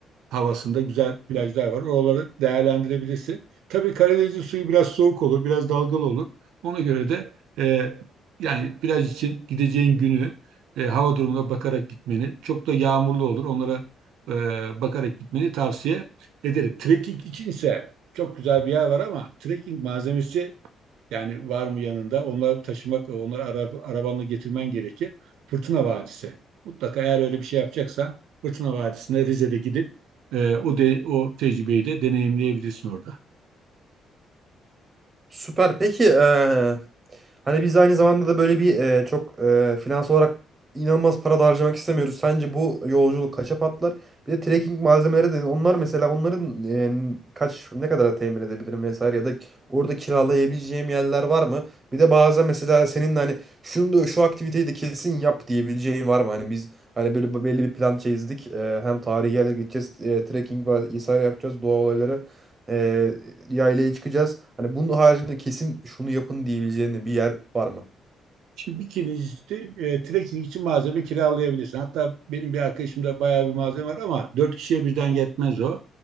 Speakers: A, on the right; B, on the right.
A: havasında güzel plajlar var. Oraları değerlendirebilirsin. Tabii Karadeniz'in suyu biraz soğuk olur, biraz dalgalı olur. Ona göre de e, yani plaj için gideceğin günü e, hava durumuna bakarak gitmeni, çok da yağmurlu olur onlara e, bakarak gitmeni tavsiye ederim. Trekking içinse çok güzel bir yer var ama trekking malzemesi yani var mı yanında? Onları taşımak, onları ara, arabanla getirmen gerekir. Fırtına Vadisi. Mutlaka eğer öyle bir şey yapacaksan Fırtına Vadisi'ne Rize'de gidip e, o de, o tecrübeyi de deneyimleyebilirsin orada.
B: Süper. Peki eee, hani biz aynı zamanda da böyle bir eee, çok eee finans olarak inanılmaz para da harcamak istemiyoruz. Sence bu yolculuk kaça patlar? Bir de trekking malzemeleri de onlar mesela onların eee, kaç ne kadar temin edebilirim vesaire ya da orada kiralayabileceğim yerler var mı? Bir de bazen mesela senin de hani şunu da şu aktiviteyi de kesin yap diyebileceğin var mı? Hani biz hani böyle belli bir plan çizdik. Eee, hem tarihi yerlere gideceğiz, eee, trekking vesaire yapacağız, doğa olayları. Ee, yaylaya çıkacağız. Hani bunun haricinde kesin şunu yapın diyebileceğin de bir yer var mı?
A: Şimdi bir kirincisi e, trekking için malzeme kiralayabilirsin. Hatta benim bir arkadaşımda bayağı bir malzeme var ama dört kişiye birden yetmez o.